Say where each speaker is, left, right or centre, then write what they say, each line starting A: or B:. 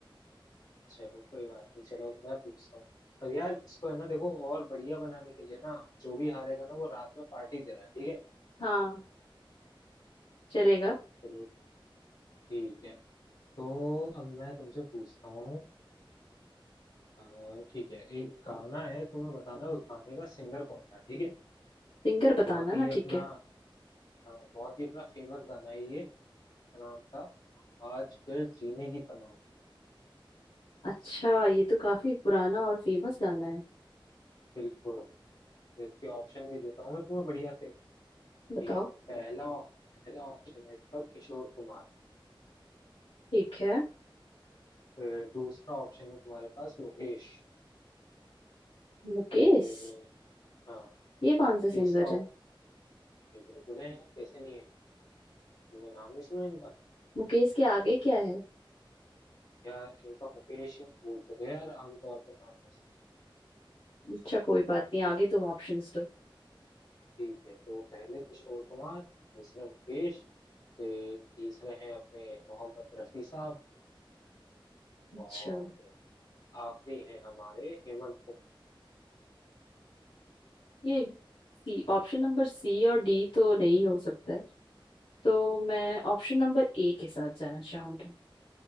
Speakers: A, on the left (about 55°); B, on the left (about 85°).
A: चलो कोई बात नहीं चलो मैं पूछता हूँ पर यार इसको है ना देखो और बढ़िया बनाने के लिए ना जो भी हारेगा ना वो रात में पार्टी दे रहा है ठीक है
B: हाँ चलेगा
A: चलो ठीक है तो अब मैं तुमसे पूछता हूँ अ, ठीक है एक गाना है तुम्हें बताना है उस गाने का सिंगर कौन था ठीक है
B: सिंगर बताना
A: बहुत ही
B: ना ठीक
A: अपना
B: है
A: अ, बहुत ही अपना फेमस गाना है ये का नाम था आज फिर जीने की तमन्ना
B: अच्छा ये तो काफी पुराना और फेमस गाना है
A: बिल्कुल तो इसके ऑप्शन भी देता हूँ मैं तुम्हें बढ़िया से ठीक
B: बताओ
A: है तो पहला पहला ऑप्शन है इसका किशोर कुमार
B: ठीक है
A: फिर दूसरा ऑप्शन है तुम्हारे पास मुकेश
B: मुकेश
A: फिर हाँ
B: ये कौन
A: फिर
B: सा
A: तीसरा
B: सिंगर
A: ऑप्शन
B: है
A: बिल्कुल है यार कैसे नहीं है तुमने नाम नहीं सुना इनका
B: मुकेश के आगे क्या है
A: यार इनका मुकेश ही बोलते थे यार आमतौर पे नाम बस
B: अच्छा कोई बात नहीं आगे तुम ऑप्शंस दो
A: ठीक है तो पहले किशोर कुमार दूसरे मुकेश फिर तीसरे हैं अपने मोहम्मद रफी साहब
B: अच्छा
A: और आखिरी हैं हमारे हेमंत
B: ये सी ऑप्शन नंबर सी और डी तो नहीं हो सकता है तो मैं ऑप्शन नंबर ए के साथ जाना चाहूंगी